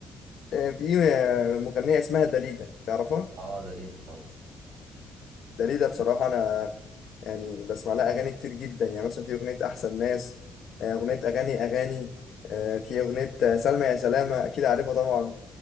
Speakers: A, on the left; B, on the right.
A: آه في آه، مغنيه اسمها داليدا تعرفها
B: اه داليدا طبعا
A: ده ليه ده بصراحة أنا يعني بسمع لها أغاني كتير جدا يعني مثلا في أغنية أحسن ناس آه، أغنية أغاني أغاني آه، في أغنية آه، سلمى يا سلامة أكيد عارفها طبعا